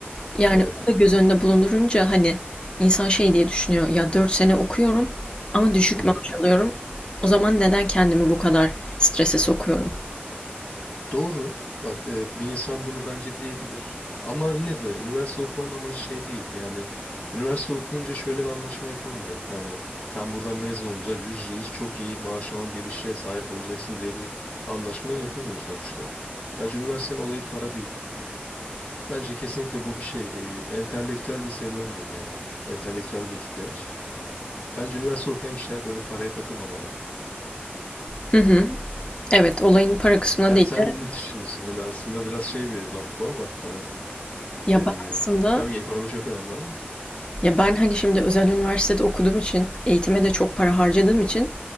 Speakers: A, on the left (about 25°); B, on the left (about 40°).
A: Yani
B: Evet.
A: o da göz önünde bulundurunca hani insan şey diye düşünüyor. Ya 4 sene okuyorum ama düşük
B: Hı hı.
A: maaş alıyorum. O zaman neden kendimi bu kadar strese sokuyorum?
B: Doğru. Bak e, bir insan bunu bence diyebilir. Ama yine de üniversite okumanın amacı şey değil. Yani üniversite okuyunca şöyle bir anlaşma yapılmıyor. Hani sen buradan mezun olunca yüzde yüz çok iyi maaş olan bir işe sahip olacaksın diye bir anlaşma yapılmıyor sonuçta. Bence üniversitenin olayı para değil. Bence kesinlikle bu bir şey. Ee, entelektüel bir serüven diyeyim yani. Entelektüel bir ihtiyaç. Bence üniversite okuyan kişiler böyle paraya takılmamalı.
A: Hı hı. Evet, olayın para kısmına
B: Ya
A: değil
B: sen
A: de
B: ne düşünüyorsun? Hani aslında biraz şey bir laf bu ama hani
A: ya
B: e,
A: ben aslında
B: tabii ki ekonomi çok önemli ama.
A: ya ben hani şimdi özel üniversitede okuduğum için eğitime de çok para harcadığım için